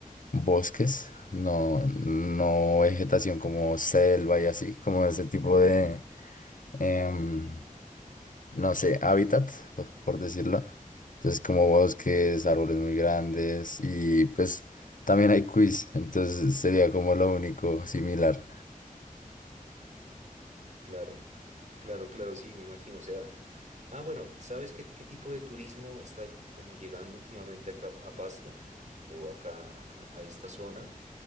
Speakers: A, on the left; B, on the right.
A: bosques, no, no vegetación como selva y así, como ese tipo de, em, no sé, hábitat, por por decirlo. Entonces, como bosques, árboles muy grandes y pues también hay quiz, entonces sería como lo único similar.
B: Claro, claro, claro, sí, me imagino. O sea, ah, bueno, ¿sabes qué, qué tipo de turismo está como llegando últimamente acá a Pasto o acá a, a- a esta zona?